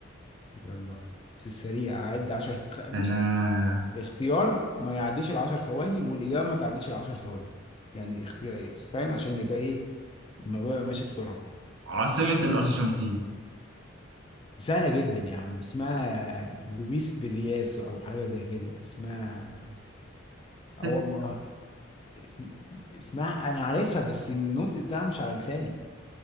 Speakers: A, on the left (about 25°); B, on the right (about 70°).
A: يلا بس السريع هعد 10 س... خ- بص
B: أنا
A: الاختيار ما يعديش ال 10 ثواني والاجابه ما تعديش ال 10 ثواني يعني اختيار فاهم عشان يبقى ايه الموضوع يبقى ماشي بسرعه
B: عاصمة الأرجنتين
A: سهلة جدا يا عم اسمها لويس برياسو أو حاجة زي كده اسمها اه
B: <laughs>
A: والله اسم... اسمها أنا عارفها بس النطق بتاعها مش على لساني